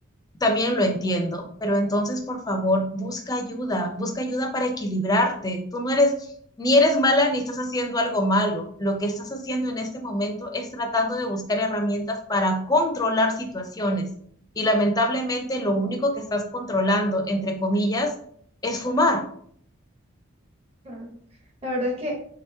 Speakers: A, on the left; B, on the right.
A: también lo entiendo, pero entonces, por favor, busca ayuda, busca ayuda para equilibrarte. Tú no eres, ni eres mala ni estás haciendo algo malo. Lo que estás haciendo en este momento es tratando de buscar herramientas para controlar situaciones. Y lamentablemente lo único que estás controlando, entre comillas, es fumar.
B: claro. La verdad es que,